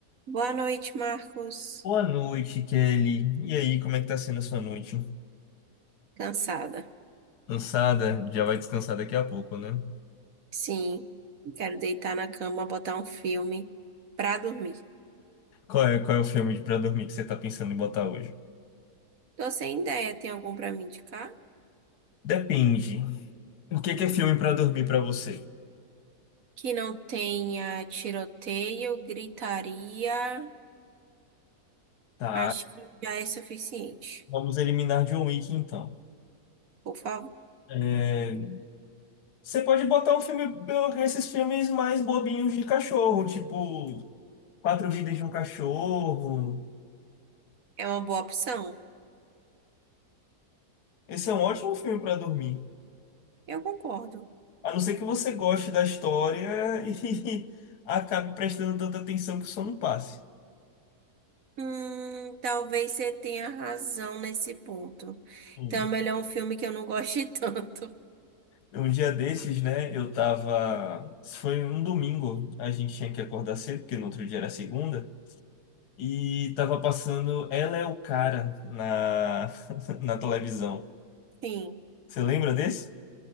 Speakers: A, on the right; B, on the left.
A: Boa noite, Marcos.
B: Boa noite, Kelly. E aí, como é que tá sendo a sua noite?
A: Cansada.
B: Cansada? Já vai descansar daqui a pouco, né?
A: Sim, quero deitar na cama, botar um filme pra dormir.
B: Qual é, qual é o filme de- pra dormir que você tá pensando em botar hoje?
A: Tô sem ideia, tem algum pra me indicar?
B: Depende. O que que é filme pra dormir pra você?
A: Que não tenha tiroteio, gritaria.
B: Tá,
A: Acho que já é suficiente.
B: vamos eliminar John Wick então.
A: Por favor,
B: É, Você pode botar um filme, esses filmes mais bobinhos de cachorro, tipo Quatro Vidas de um Cachorro.
A: é uma boa opção.
B: Esse é um ótimo filme pra dormir.
A: Eu concordo.
B: A não ser que você goste da história <laughs> e acabe prestando tanta atenção que o sono passe.
A: Hum, talvez você tenha razão nesse ponto.
B: Sim.
A: Então é melhor um filme que eu não goste <laughs> tanto.
B: Um dia desses, né, eu tava. Foi um domingo, a gente tinha que acordar cedo, porque no outro dia era segunda, e tava passando Ela é o Cara na, <laughs> na televisão.
A: Sim.
B: Você lembra desse?